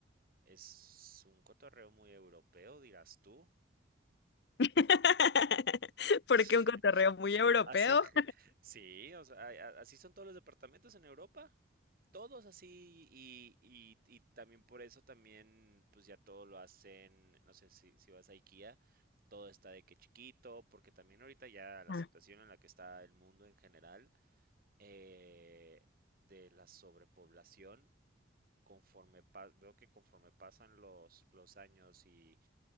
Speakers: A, on the right; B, on the left.
A: es un cotorreo muy europeo, dirás tú.
B: <laughs> Porque
A: <laughs>
B: un cotorreo muy europeo.
A: Así, sí, o sea, a- a- así son todos los departamentos en Europa, todos así y, y- y también por eso también, pues ya todo lo hacen, no sé si, si vas a IKEA, todo está de que chiquito, porque también ahorita ya la
B: Ah,
A: situación en la que está el mundo en general, eh, de la sobrepoblación. conforme pa- veo que conforme pasan los, los años y,